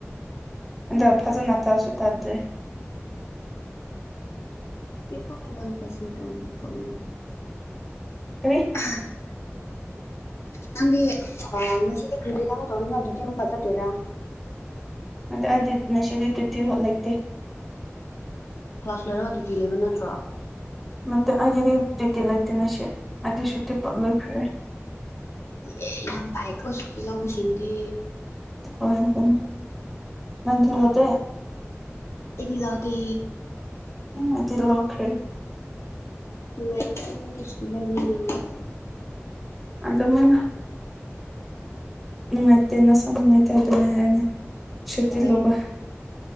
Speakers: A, in the centre; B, on the left (about 65°).
A: ꯑꯗꯣ ꯐꯖꯅ ꯇꯧꯁꯤꯒꯣ ꯑꯗꯨꯗꯤ
B: <unintelligible> <unintelligible> <unintelligible> ꯄꯔꯁꯦꯟ ꯇꯧꯅꯤ ꯀꯧꯅꯤ
A: ꯀꯔꯤ
B: ꯎ <unintelligible> ꯅꯪꯗꯤ ꯉꯁꯤ ꯀ꯭ꯔꯤ ꯀ꯭ꯔꯤ ꯊꯕꯛ ꯇꯧꯅꯤꯅ ꯗ꯭ꯌꯨꯇꯤ ꯑꯃꯨꯛ ꯐꯠ ꯆꯠꯇꯣꯏꯔꯥ
A: ꯅꯠꯇꯦ ꯑꯦ ꯉꯁꯤꯗꯤ ꯗꯌ꯭ꯨꯇꯤ ꯍꯣꯢ ꯂꯩꯇꯦ
B: ꯀ꯭ꯂꯥꯁ ꯂꯣꯏꯔꯒ ꯗ꯭ꯌꯨꯇꯤ ꯂꯩꯕ ꯅꯠꯇ꯭ꯔꯣ
A: ꯅꯠꯇꯦ ꯑꯩꯒꯤꯗꯤ ꯗ꯭ꯌꯨꯇꯤ ꯂꯩꯇꯦ ꯉꯁꯤ ꯑꯩꯗꯤ ꯁꯨꯇꯤ ꯄꯥꯛ ꯂꯣꯢꯈ꯭ꯔꯦ
B: ꯑꯦ ꯌꯥꯝ ꯐꯩꯒꯣ ꯁꯨꯇꯤ ꯂꯧꯕꯁꯤꯡꯗꯤ
A: ꯍꯣꯔꯦꯟ ꯀꯣꯟꯅ ꯅꯪꯗꯤ ꯅꯠꯇꯦ
B: ꯑꯩꯗꯤ ꯂꯥꯛꯇꯦ
A: ꯎꯝ ꯑꯗꯧꯗꯤ ꯂꯧꯈ꯭ꯔꯦ
B: ꯃ ꯏꯁ ꯂꯅ <unintelligible> <unintelligible>
A: ꯑꯗꯨꯃꯥꯢꯅ ꯅꯨꯡꯉꯥꯏꯇꯦ ꯅꯁꯥ ꯅꯨꯡꯉꯥꯏꯇꯦ ꯑꯗꯨꯅꯦ <unintelligible> ꯁꯨꯇꯤ
B: ꯍꯣꯏ
A: ꯂꯧꯕ